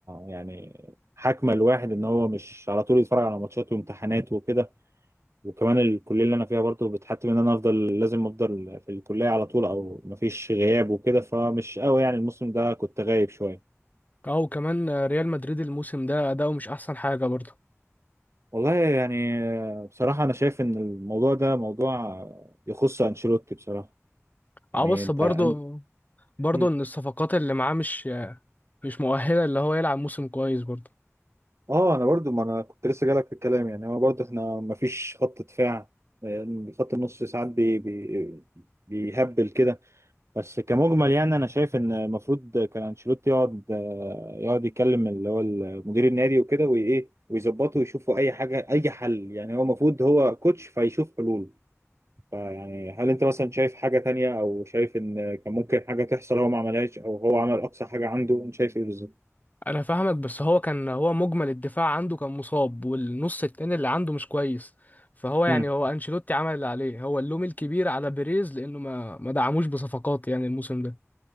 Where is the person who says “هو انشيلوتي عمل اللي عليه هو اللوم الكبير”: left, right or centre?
Left